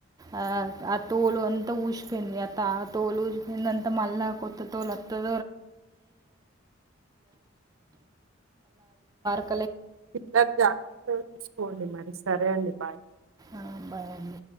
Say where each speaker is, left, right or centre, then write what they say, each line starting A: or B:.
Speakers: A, on the right; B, on the right.
A: ఆ ఆ తోలు అంతా ఊసిపోయింది అ ఆ తోలు ఊసిపోయింది అంతా మళ్ళా కొత్త తోలు వత్త <unintelligible>
B: పిల్లలు జాగ్రత్త చూసుకోండి మరి సరే అండి బాయ్
A: ఆ బాయ్ అండి